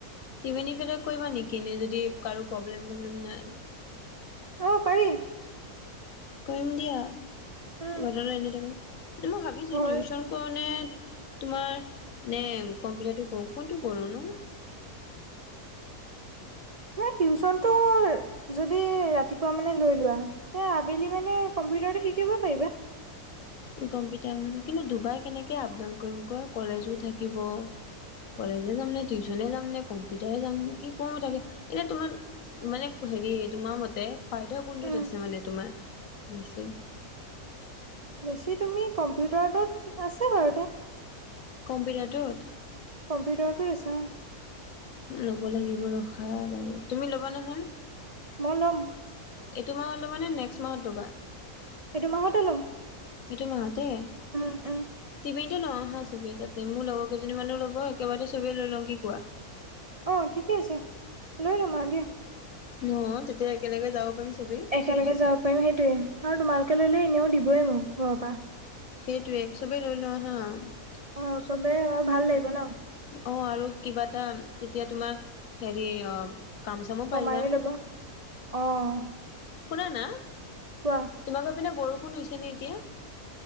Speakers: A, on the left (about 65°); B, on the right (about 55°).
A: টিবেনী ফালে কৰিবা নেকি এনেই যদি কাৰোঁ প্ৰবলেম-চবলেম নাই? <unintelligible>
B: অঁ! পাৰি। <inaudible>
A: কৰিম দিয়া।
B: উম
A: ঘৰতেটো এনেই থাকোঁ। মই ভাবিছোঁ
B: ঘৰ
A: টিউচন
B: তোমাৰ
A: <unintelligible> নে তোমাৰ নে কম্পিউটাৰটো কৰোঁ কোনটো কৰোঁ নো? <unintelligible>
B: মানে টিউচনটো যদি ৰাতিপুৱা মানে লৈ লোৱা <unintelligible> তে আবেলি মানে কম্পিউটাৰটো শিকিব পাৰিবা। <unintelligible>
A: কম্পিউটাৰ মানে কিন্তু দুবাৰ কেনেকে আপ-ডাউন কৰিম ক? কলেজো থাকিব? <unintelligible> কলেজে যাম নে, টিউচনে যাম নে, কম্পিউটাৰে যাম কি কম তাকে এতিয়া তোমাৰ <unintelligible> মানে হেৰি তোমাৰ মতে ফাইদা কোনটোত
B: উম
A: আছে মানে তোমাৰ বেছি? <unintelligible>
B: বেছি তুমি কম্পিউটাৰতোত আছে বাৰুতে <unintelligible>
A: কম্পিউটাৰটোত? <unintelligible>
B: কম্পিউটাৰটোত আছে অঁ! <unintelligible>
A: ল'ব লাগিব ৰখা বাৰু। তুমি ল'বা নহয়? <unintelligible>
B: ম‌ই লম। <inaudible>
A: এইটো মাহত ল'বা নে নেক্সট মাহত ল'বা? <inaudible>
B: এইটো মাহতে ল'ম
A: এইটো মাহতে <unintelligible>
B: উম উম
A: টিবেনীতে লওঁ আহা চবে তাতে মোৰ লগৰ কেইজনী মানো ল'ব, একেবাৰতে চবে লৈ লওঁ কি কোৱা? <unintelligible>
B: অঁ! ঠিকে আছে, লৈ ল'ম আৰু দিয়া। <unintelligible>
A: ন তেতিয়া একেলগে যাব পাৰিম চবেই? <unintelligible>
B: একেলগে যাব পাৰিম সেইটোৱেই আৰু তোমালোকে ললে এনেও দিবই মোক ঘৰৰ পৰা। <unintelligible>
A: সেইটোৱেই চবেই লৈ লোৱা আহা? <unintelligible>
B: অ', চবে হয় ভাল লাগিব ন।
A: অ', আৰু কিবা এটা তেতিয়া তোমাৰ হেৰি অ'। কাম চামো
B: কমাইও
A: পাই যাম
B: ল'ব, অ'।
A: শুনা না।
B: কোৱা।
A: তোমালোকৰ পিনে বৰষুণ হৈছে নে এতিয়া?